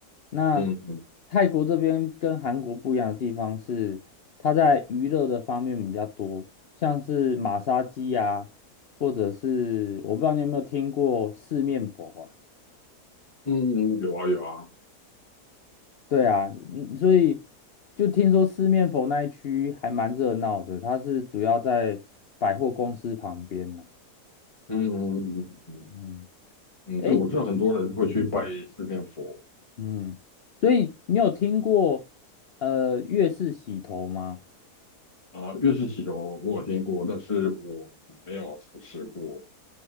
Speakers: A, on the left (about 60°); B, on the left (about 20°).
A: 那
B: 嗯嗯
A: 泰国这边跟韩国不一样的地方是，它在娱乐的方面比较多，像是马杀鸡啊，或者是我不知道你有没有听过四面佛啊？
B: 嗯，有啊有啊，
A: 对啊，嗯所以就听说四面佛那一区还蛮热闹的，它是主要在百货公司旁边呢、
B: 嗯嗯嗯嗯
A: 嗯，
B: 嗯，
A: 诶，
B: 对，我知道很多人会去拜四面佛
A: 嗯，所以你有听过呃粤式洗头吗？
B: 啊，月式洗头我有听过，但是我没有尝试过，